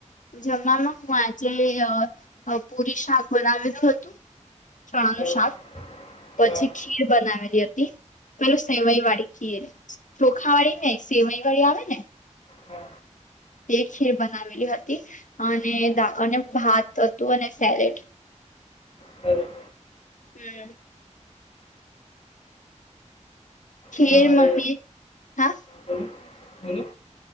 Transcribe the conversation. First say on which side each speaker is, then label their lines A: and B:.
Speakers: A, on the left; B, on the left.
A: જવામાં હું આજે અ પુરી શાક બનાવેલું હતું ચણા નુ
B: અ,
A: શાક. પછી
B: હા હા
A: ખીર બનાવેલી હતી પેલું સેવઈ વાળી ખીર ચોખા
B: હા
A: વાળી ન‌ઈ સેવાઈ વાળી આવે ને
B: હા
A: તે ખીર બનાવેલી હતી અને
B: હા
A: અને ભાત હતું અને સેલેડ
B: બરાબર
A: હમ ખીર
B: હવે મારે
A: મમ્મી હા
B: બોલો બોલો